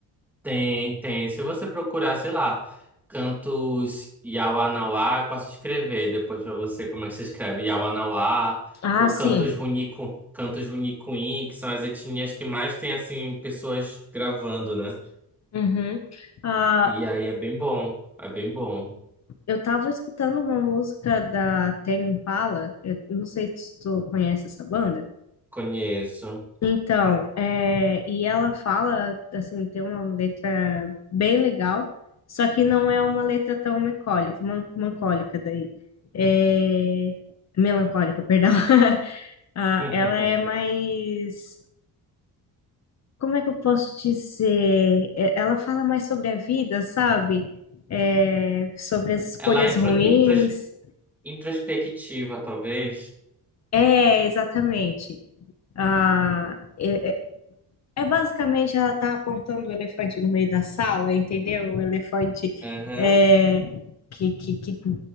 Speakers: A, in the centre; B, on the left.
A: Tem, tem. Se você procurar, sei lá, cantos Yawanawá, eu posso escrever depois pra você como é que se escreve Yawanawá,
B: Ah,
A: ou
B: sim.
A: cantos Runico, cantos Runicuim, que são as etnias que mais tem, assim, pessoas gravando, né?
B: Uhum. Ah,
A: E aí é bem bom, é bem bom.
B: Eu tava escutando uma música da Tame Impala, eu não sei se tu conhece essa banda.
A: Conheço.
B: Então, é, e ela fala, assim, tem uma letra bem legal, só que não é uma letra tão melancólica, man- melancólica daí. É, melancólica, perdão. <laughs> Ah,
A: <laughs>
B: ela é mais, como é que eu posso dizer? É, Ela fala mais sobre a vida, sabe? É, sobre as escolhas
A: Ela é intro,
B: ruins
A: intros, introspectiva, talvez.
B: É, exatamente. Ah, é, é- é basicamente ela tá apontando o elefante no meio da sala, entendeu? O elefante
A: Aham.
B: é, que, que, que-